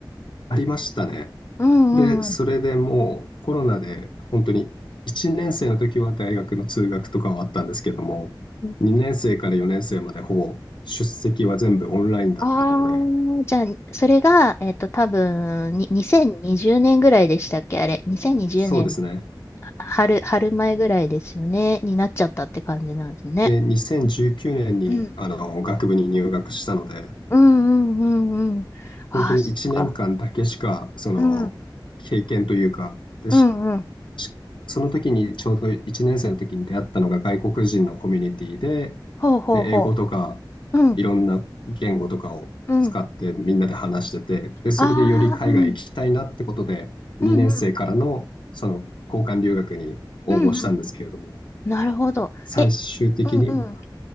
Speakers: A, on the left; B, on the left.
A: ありましたね。
B: うんうん
A: で、それでもうコロナで本当に1年生の時は大学の通学とかはあったんですけども、
B: うん。
A: 2年生から4年生までほぼ出席は全部オンラインだったので、
B: ああ、じゃあ、それが、えっと、多分に、2020年ぐらいでしたっけあれ、2020年、
A: そうですね。
B: は春、春前ぐらいですよね、になっちゃったって感じなんですね。
A: で、2019年にあの学部に入学したので、
B: うん。うんうんうんうん。ああ、
A: 本当に1年間だけしかその経験というか、
B: そっか。うん。
A: でし
B: うんうん。
A: しその時にちょうど1年生の時に出会ったのが外国人のコミュニティで、
B: ほうほうほ
A: で、英語とか
B: う。うん
A: いろんな言語とかを使ってみんなで話してて、
B: うん。
A: で、それでより海外行きたいなってことで、
B: ああ、うん。
A: 2年生からのその交換留学に応募したんですけれども、
B: うんうん。うんうん。なるほど。
A: 最終的にまあ
B: え、うんうん。